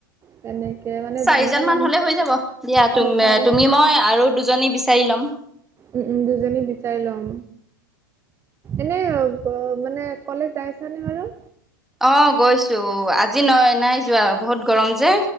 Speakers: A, on the right; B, in the centre.
A: তেনেকে মানে
B: চাৰিজন
A: দানাও
B: মান
A: আনি
B: হলে হৈ যাব দিয়া
A: অ', চাৰে
B: তুমি মই আৰু দুজনী বিচাৰ চাৰিলম
A: উম উম দুজনী বিচাৰি লম। এনে মানে কলেজ যাই আছ নে বাৰু?
B: অ গৈছো আজি নয় নাই যোৱা বহুত গৰম যে।